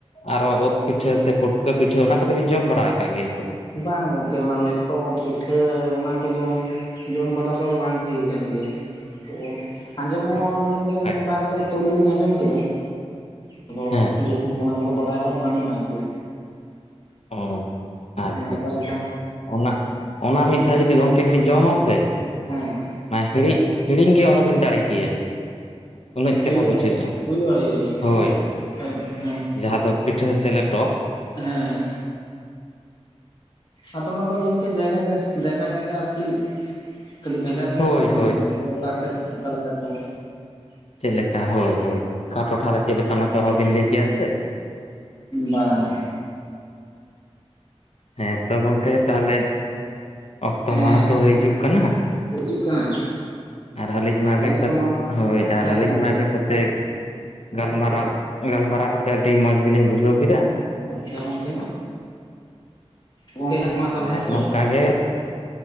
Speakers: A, on the left; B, on the left.
A: ᱟᱨᱚ ᱚᱛ ᱯᱤᱴᱷᱟᱹ ᱥᱮ ᱯᱩᱴᱠᱟᱹ ᱯᱤᱴᱷᱟᱹ ᱚᱱᱟ ᱠᱚᱫᱚᱚᱵᱤᱱ ᱡᱚᱢ ᱵᱟᱲᱟ ᱟᱠᱟᱫ ᱜᱮᱭᱟ ᱥᱮ ᱵᱟᱝ?
B: ᱵᱟᱝ ᱜᱚᱝᱠᱮ ᱚᱱᱟ ᱞᱮᱴᱚ, ᱯᱤᱴᱷᱟᱹ ᱚᱱᱟ ᱠᱚᱫᱚ ᱡᱚᱢ ᱵᱟᱲᱟ ᱫᱚ ᱵᱟᱝ ᱦᱩᱭ ᱟᱠᱟᱱ ᱜᱮᱭᱟ ᱛᱚ ᱟᱸᱡᱚᱢ
A: ᱚ
B: ᱦᱚᱸ ᱱᱤᱭᱟᱹᱵᱟᱨ
A: ᱟᱪᱪᱷᱟ ᱟᱪᱪᱷᱟ
B: ᱜᱮ
A: ᱟᱪᱪᱷᱟ
B: ᱯᱳᱭᱞᱳ ᱞᱤᱧ ᱟᱸᱡᱚᱢ ᱠᱮᱫᱟ᱾ ᱟᱫᱚ
A: ᱦᱮᱸ
B: <unintelligible> ᱚᱱᱟ ᱠᱚᱫᱚ ᱵᱟᱲᱟᱭ ᱦᱚᱸ ᱵᱟᱹᱱᱩᱜᱼᱟ ᱟᱨᱠᱤ᱾
A: ᱚ ᱟᱪᱪᱷᱟ
B: ᱚᱱᱟ ᱚᱠᱟ
A: ᱟᱪᱪᱷᱟ
B: ᱞᱮᱠᱟ
A: ᱚᱱᱟ ᱚᱱᱟ ᱢᱤᱫ ᱫᱷᱟᱣ ᱡᱩᱫᱤ ᱜᱚᱝᱠᱮ ᱵᱤᱱ ᱡᱚᱢᱟ ᱥᱮ-
B: ᱦᱮᱸ
A: ᱦᱤᱲᱧ ᱦᱤᱲᱤᱧ ᱜᱮ ᱚᱦᱚᱵᱤᱱ ᱫᱟᱲᱮ ᱠᱮᱭᱟ᱾ ᱩᱱᱟᱹᱜ
B: ᱦᱩᱭᱩᱜᱼᱟ
A: ᱪᱮᱨᱦᱟ ᱵᱩᱡᱷᱟᱹᱜᱼᱟ
B: ᱦᱩᱭᱩᱜᱼᱟ ᱦᱩᱭᱩᱜᱼᱟ ᱦᱩᱭᱩᱜᱼᱟ
A: ᱦᱳᱭ
B: ᱟᱨ ᱦᱮᱸ
A: ᱡᱟᱦᱟᱸ ᱫᱚ ᱯᱤᱴᱷᱟᱹ ᱥᱮ ᱞᱮᱴᱚ
B: ᱦᱮᱸ ᱟᱫᱚ ᱚᱱᱟᱫᱚ ᱜᱚᱝᱠᱮ ᱡᱟᱭᱜᱟ ᱡᱟᱭᱜᱟ ᱟᱨᱠᱤ ᱠᱟᱹᱴᱤᱡ ᱵᱷᱮᱜᱟᱨ ᱜᱮᱭᱟ
A: ᱦᱳᱭ
B: ᱛᱚ ᱟᱨᱠᱤ
A: ᱦᱳᱭ
B: ᱢᱟᱱᱮ ᱚᱠᱟᱥᱮᱫ ᱚᱠᱟ ᱞᱮᱠᱟ ᱠᱚ
A: ᱪᱮᱫᱮ ᱞᱮᱠᱟ ᱦᱳᱭ ᱦᱳᱭ ᱚᱠᱟ ᱴᱚᱴᱷᱟᱨ ᱨᱮ᱾ ᱪᱮᱫ ᱞᱮᱠᱟᱱᱟᱜ
B: ᱦᱮᱸ
A: ᱛᱚ ᱟᱦᱚ ᱵᱤᱱ ᱞᱟᱹᱭ ᱠᱮᱭᱟ ᱥᱮ᱾
B: ᱵᱟᱝ
A: <unintelligible> ᱦᱮᱸ ᱛᱚ ᱜᱚᱝᱠᱮ ᱛᱟᱦᱚᱞᱮ ᱚᱠᱛᱚ
B: ᱦᱮᱸ
A: ᱢᱟᱦᱟ ᱛᱚ ᱦᱤᱡᱩᱜ ᱠᱟᱱᱟ᱾
B: ᱦᱤᱡᱩᱜ ᱠᱟᱱᱟ᱾
A: ᱟᱨ ᱟᱹᱞᱤᱧ ᱟᱵᱤᱱ
B: ᱦᱮᱸ
A: <unintelligible>
B: ᱛᱚ ᱢᱟ
A: ᱦᱳᱭ ᱟᱨ
B: ᱦᱮᱸ
A: ᱟᱹᱞᱤᱧ
B: ᱛᱚ ᱜᱚᱝᱠᱮ
A: ᱟᱵᱤᱱ ᱥᱟᱶ ᱛᱮ ᱜᱟᱞᱢᱟᱨᱟᱣ ᱜᱟᱞᱢᱟᱨᱟᱣ ᱠᱟᱛᱮᱜ ᱟᱹᱰᱤ ᱢᱚᱸᱡᱽ ᱜᱮᱞᱤᱧ ᱵᱩᱡᱷᱟᱹᱣ ᱠᱮᱫᱟ᱾
B: ᱟᱪᱪᱷᱟ ᱜᱚᱝᱠᱮ <inaudible>
A: ᱟᱨ
B: ᱥᱮ
A: ᱱᱚᱝᱠᱟ ᱜᱮ